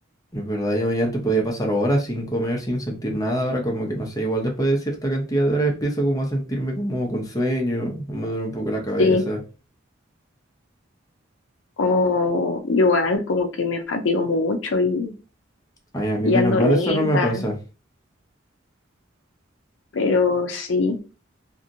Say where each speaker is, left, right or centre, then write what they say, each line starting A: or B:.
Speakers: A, on the left; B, on the left.
A: es verdad, yo ya antes podía pasar horas sin comer, sin sentir nada, ahora como que no sé, igual después de cierta cantidad de horas empiezo como a sentirme como con sueño, me duele un poco la cabeza.
B: Sí. O yo igual como que me fatigo mucho y,
A: Ay, a mí
B: y
A: menos
B: ando
A: mal
B: lenta,
A: eso no me pasa.
B: pero sí.